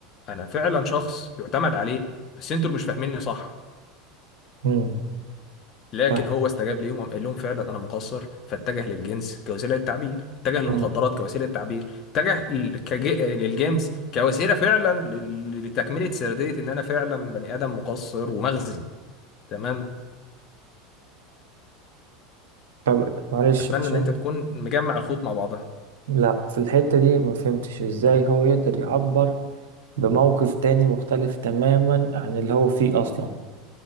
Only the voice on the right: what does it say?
مم،
فاهم
مم.
طب معلش
عشان
لا في الحتة دي ما فهمتش ازاي هو يقدر يعبر بموقف تاني مختلف تماما عن اللي هو فيه أصلا